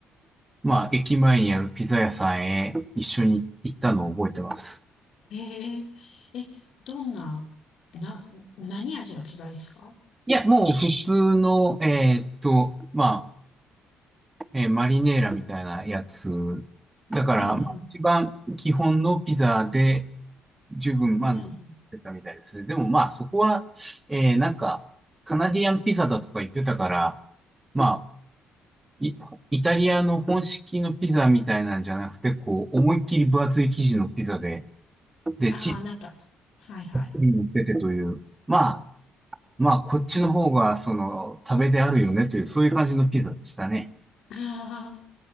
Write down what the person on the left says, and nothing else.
えー、え、どんな、な、何味のピザですか
うん、うん、
うん。
ああー、
なんか、はいはい。
<laughs> あー